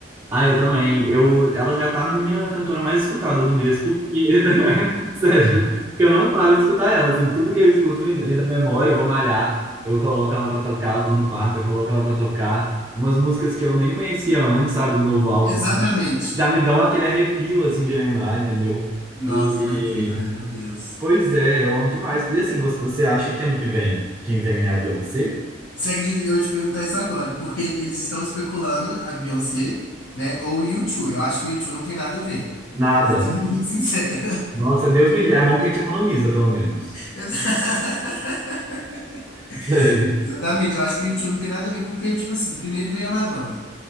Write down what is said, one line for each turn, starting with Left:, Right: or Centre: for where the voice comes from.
Right: Ah, eu também. Eu, ela já tá na minha cantora mais escutada do mês, porque, <laughs> sério, porque eu não paro de escutar ela, assim, tudo que eu escuto me, me dá memória, eu vou malhar, eu coloco ela pra tocar, eu tô no quarto, eu coloco ela pra tocar, umas músicas que eu nem conhecia antes, sabe, do novo álbum,
Left: Exatamente.
Right: já me dão aquele arrepio, assim, de lembrar, entendeu?
Left: Nossa,
Right: E,
Left: foi incrível,
Right: e-
Left: né? Meu Deus.
Right: pois é, eu amo demais. E assim, você, você acha que ano que vem, quem vem é a Beyoncé?
Left: Você acredita que eu ia te perguntar isso agora? Porque eles estão especulando a Beyoncé, né? Ou o U2. Eu acho que o U2 não tem nada a ver.
Right: Nada.
Left: Sendo muito sincero.
Right: Nossa, Deus me livre. É bom que a gente economiza, pelo menos.
Left: <laughs>
Right: <laughs> Sério,
Left: Exatamente, eu acho que o U2 não tem nada a ver, porque, tipo assim, primeiro veio a Madonna,